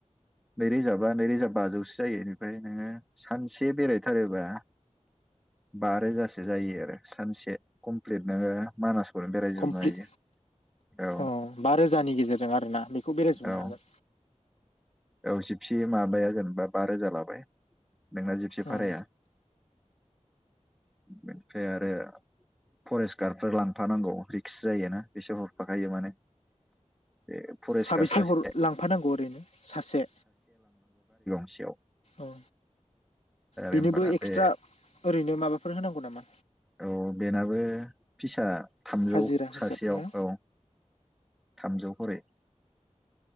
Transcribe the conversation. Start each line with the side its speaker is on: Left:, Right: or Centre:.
Centre: नै रोजा बा नै रोजा बाजौसो जायो बेनिफ्राय नोङो सानसे बेरायथारोबा बा रोजासो जायो आरो सानसे कमप्लिट नोङो मानास नो बेरायजोबनो
Left: कमप्लिट
Centre: हायो औ
Left: अ बा रोजानि गेजेरजों आरोना बेखौ बेरायजोबनो
Centre: औ
Left: हागोन
Centre: औ जिबसि माबाया जेनेबा बा रोजा लाबाय बेंला जिपसे
Left: उम
Centre: भाराया बेनिफ्राय आरो फरेस्ट गार्डफोर लांफानांगौ रिक्स जायोना बिसोर हरफाखायो माने बे फरेस्ट
Left: साबेसे
Centre: गार्ड सासे
Left: हर लांफानांगौ ओरैनो सासे
Centre: सेयाव
Left: औ बेनोबो
Centre: होमबाना
Left: एक्सट्रा
Centre: बे
Left: ओरैनो माबाफोर होनांगौ नामा?
Centre: औ बेनाबो फिसा थामजौ
Left: हाजिरा हिसाब
Centre: सासेयाव
Left: ना
Centre: औ थामजौ कररि